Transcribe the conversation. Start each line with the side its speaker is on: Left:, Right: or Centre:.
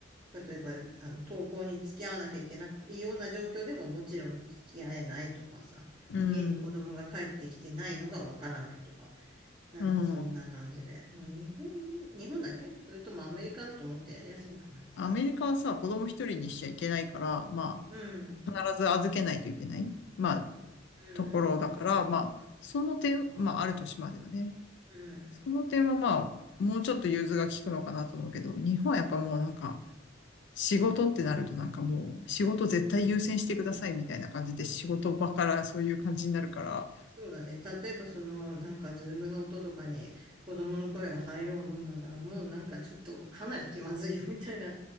Right: 例えば、あの、登校に付き合わなきゃいけないような状況でももちろん付き合えないとかさ、
Left: うん、
Right: 家に子供が帰ってきてないのがわからないとか、なんかそんな感じで。
Left: うん。
Right: まあ日本、日本だっけそれともアメリカだと思ってやりやすいんかな。
Left: アメリカはさ、子供一人にしちゃいけないから、ま
Right: うん、
Left: あ、必ず預けないといけない、まあ、
Right: うん、
Left: ところだから、まあ、その点、まあ、ある年まではね。
Right: うん。
Left: その点はまあ、もうちょっと融通が利くのかなと思うけど、日本はやっぱもうなんか、仕事ってなるとなんかもう、仕事絶対優先してくださいみたいな感じで、仕事場からそういう感じになるから、
Right: そうだね。例えばその、なんかズームの音とかに子供の声が入ろうもんなら、もうなんかちょっとかなり気まずいよみたいな